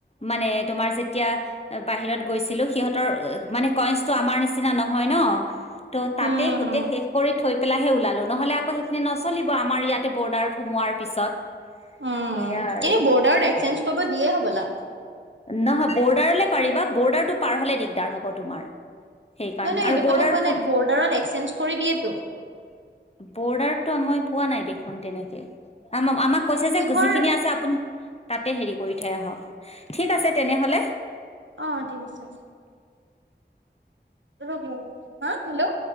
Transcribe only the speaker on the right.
উম
উম,
কিন্তু বৰ্ডাৰত এক্সচেঞ্জ কৰিব দিয়ে হ'বলা।
নহয় নহয় সেইটো
কথা কোৱা
নাই বৰ্ডাৰত এক্সচেঞ্জ কৰি দিয়েতো।
কিহৰ
অ', ঠিক আছে। ৰ'ব হা হেল্ল'